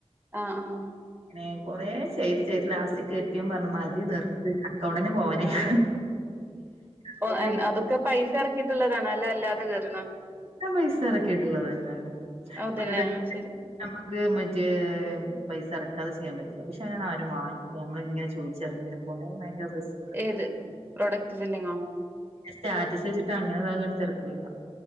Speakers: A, on the right (about 20°); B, on the right (about 65°).
A: ആഹ് ആഹ്
B: ഇങ്ങനെ കൊറേ ചെയ്ത് ചെയ്ത് ലാസ്റ്റ് കെട്ട്യാേൻ പറ്ഞ്ഞു മ തി നിർത്ത് അക്കൗണ്ടന്നെ പോവാനായ്ക്ണ്
A: ആഹ് ശരി
B: അപ്പ
A: ഓ
B: പിന്നെ.
A: എൻ- അതൊക്കെ പൈസ എറ ക്കിട്ടുള്ളതാണോ അല്ല അല്ലാതെ കേറ്ണതോ?
B: ത്തം പൈസ എറക്കിയിട്ടുള്ളത് തന്നേണ്.
A: അതല്ലേ
B: പ്രൊഡക്
A: ആഹ് ശരി
B: ഇതമ്മക്ക് മറ്റേ പൈസ എർക്കാതെ ചെയ്യാൻ പറ്റി പക്ഷെ അങ്ങനെ ആരും വാങ്ങിക്കൂല നമ്മളിങ്ങനെ ചോദിച്ചർഞ്ഞ്ങ്ങനെ. കൊണ്ടോയ <unintelligible> റിസ്
A: ഏത് പ്രൊഡക്ട് സെല്ലിങ്ങോ?
B: സ്റ്റാറ്റസ് വെച്ചിട്ട് അങ്ങനെതാവാണെ തെരക്കടില്ല.